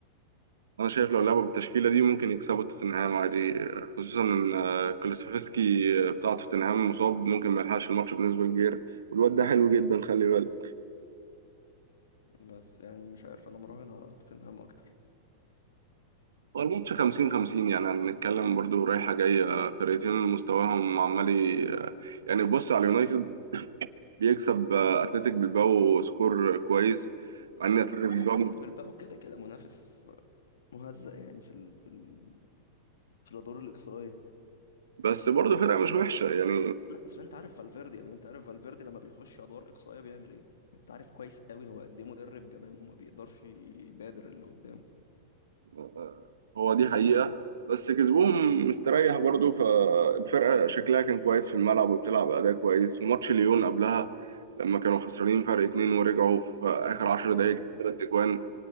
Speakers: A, on the right; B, on the left.
A: انا شايف لو لعبوا بالتشكيله دي ممكن يكسبوا توتنهام عادي خصوصا ان آه، كولوسيفسكي بتاع توتنهام مصاب ممكن ما يلحقش الماتش بنسبه كبيره والواد ده حلو جدا خلي بالك
B: بس يعني مش عارف انا مراهن على توتنهام اكتر
A: هو الماتش 50 50 يعني هنتكلم برضو رايحه جايه فرقتين مستواهم عمال ي- آه، يعني بص على اليونايتد بيكسب آه، اتلتيك بالباو سكور كويس مع ان اتلتيك
B: لا
A: بالباو
B: اتلتيك بالباو كده كده منافس مهزأ يعني في ال... في ال... في الادوار الاقصائيه
A: بس برضو فرقه مش وحشه يعني
B: لا بس انت عارف فالفيردي يعني انت عارف فالفيردي لما بيخش ادوار اقصائيه بيعمل ايه انت عارف كويس قوي هو قد ايه مدرب جبان وما بيقدرش يبادر اللي قدامه
A: آه، هو دي حقيقة بس كسبهم مستريح برضو فالفرقة شكلها كان كويس في الملعب وبتلعب أداء كويس وماتش ليون قبلها لما كانوا خسرانين فرق اتنين ورجعوا في آخر عشر دقايق
B: امم
A: جابوا تلات أجوان